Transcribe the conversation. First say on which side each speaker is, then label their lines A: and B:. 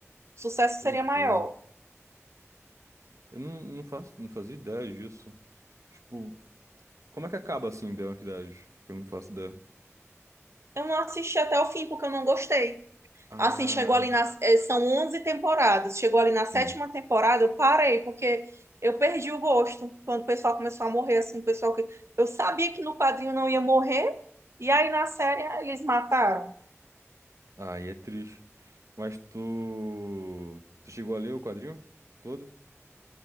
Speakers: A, on the right (about 60°); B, on the right (about 80°).
A: O sucesso
B: Que
A: seria
B: loucura.
A: maior.
B: Eu não, não faço, não fazia ideia disso. Tipo, como é que acaba assim, The Walking Dead? Que eu não faço ideia.
A: Eu não assisti até o fim porque eu não gostei.
B: Ah,
A: Assim, chegou ali nas. eh, São 11 temporadas. Chegou ali na sétima
B: sim.
A: temporada, eu parei, porque eu perdi o gosto. Quando o pessoal começou a morrer, assim, o pessoal que. Eu sabia que no quadrinho não ia morrer, e aí na série eles mataram.
B: Aí é triste. Mas tu. Tu chegou a ler o quadrinho? Todo?